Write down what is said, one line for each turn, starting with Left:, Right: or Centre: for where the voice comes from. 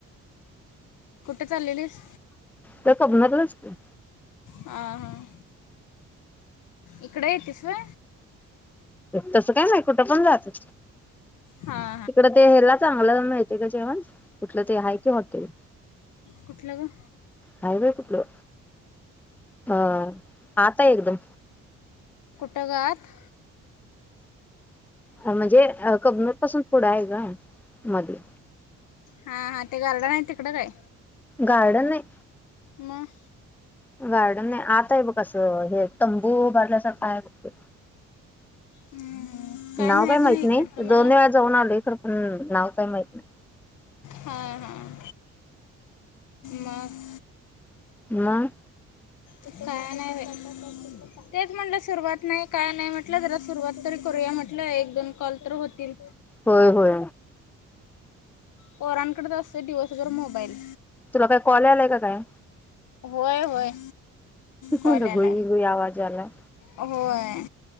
Left: चाललेलीस
Centre: त्या कबणातरच की.
Left: हां हां इकडे येतीस होय?
Centre: तसं काय नाही कुठं पण जाते.
Left: हा.
Centre: तिकड ते ह्याला चांगलं मिळतंय गं जेवण, कुठलं ते हाय की हाॅटेल.
Left: कुठलं ग?
Centre: हाय बाई कुठलं, अ आत हाय एकदम.
Left: कुठं ग आत?
Centre: म्हणजे कबनूर पासून पुढं आहे ग मध्ये
Left: हा हा ते गार्डन आहे तिकडं काय?
Centre: गार्डन नाही.
Left: मग..
Centre: गार्डन नाही आत आहे बग असं हे तंबू बांधल्यासारखा आहे बग.
Left: हम्म.. काय
Centre: नाव
Left: माहीत
Centre: काही माहित
Left: इकडचं
Centre: नाही
Left: मला
Centre: दोन वेळा जाऊन आले खरं पण नाव त माहित नाही.
Left: हां हां मग.
Centre: म
Left: काय नाही तेच म्हटलं सुरुवात नाही काय नाही म्हटलं जरा सुरुवात तरी करू. या म्हटलं एक दोन कॉल तर होतील.
Centre: होय होय.
Left: पोरांकडच असतय दिवसभर मोबाईल.
Centre: तुला काय कॉल आलाय का काय?
Left: होय होय. कॉल
Centre: गोई
Left: आलाय
Centre: गई आवाज आलाय.
Left: होय